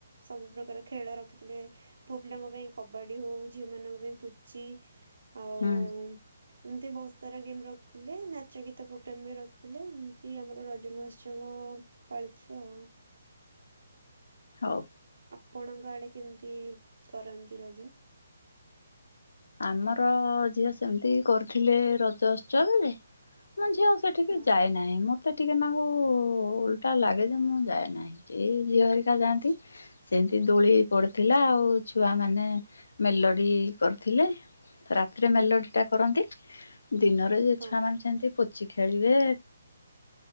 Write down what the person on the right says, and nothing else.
ସବୁ ପ୍ରକାର ଖେଳ ରଖି ଥିଲେ ପୁଅ ପିଲାଙ୍କ ପାଇଁ କବାଡି ହଉ ଝିଅ ମାନଙ୍କ ପାଇଁ ପୁଚି ଆଉ
ଏମିତି ବହ୍ ସାରା ଗେମ୍ ରଖିଥିଲେ ନାଚ ଗୀତ ପ୍ରୋଗ୍ରାମ ବି ରଖିଥିଲେ ଏମିତି ଆମର ରଜମହୋଶ୍ଚ ଚବ ପାଳିଥିଲୁ ଆଉ।
ଆପଣଙ୍କ ଆଡେ କେମିତି କରନ୍ତି ରଜ।
ହଁ
ଆଛା
ହଁ